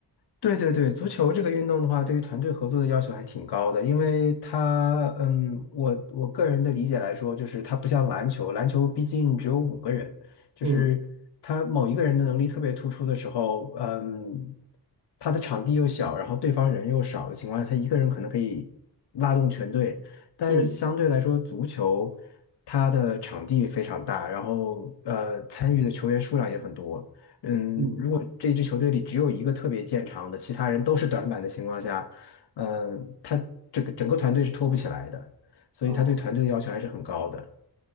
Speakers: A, on the left; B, on the right.
A: 对对对，足球这个运动的话，对于团队合作的要求还挺高的，因为它，嗯，我我个人的理解来说，就是它不像篮球，篮球毕竟只有五个人，就是他某一个人的能力特别突出的时候，
B: 嗯
A: 嗯，他的场地又小，然后对方人又少的情况下，他一个人可能可以拉动全队，但是相对来说，
B: 嗯
A: 足球它的场地非常大，然后呃，参与的球员数量也很多。嗯，
B: 嗯，
A: 如果这支球队里只有一个特别见长的，其他人都是短板的情况下，嗯，他这个整个团队是拖不起来的，所以他对团队的要求还是很高的。
B: 哦，